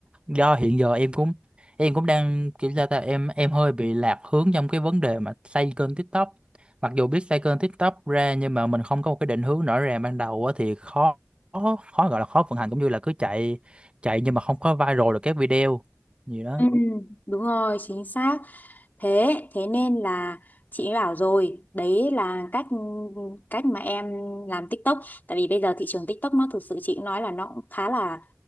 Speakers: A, on the right; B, on the left.
A: do hiện giờ em cũng em cũng đang kiểu sao ta em em hơi bị lạc hướng trong cái vấn đề mà xây kênh TikTok mặc dù biết xây kênh TikTok ra nhưng mà mình không có một cái định hướng rõ ràng ban đầu á thì khó khó gọi là khó vận hành cũng như là cứ chạy chạy nhưng mà không có viral được các video gì đó
B: ừ, đúng rồi chính xác thế thế nên là chị mới bảo rồi đấy là cách cách mà em làm TikTok tại vì bây giờ thị trường TikTok nó thực sự chị cũng nói là nó cũng khá là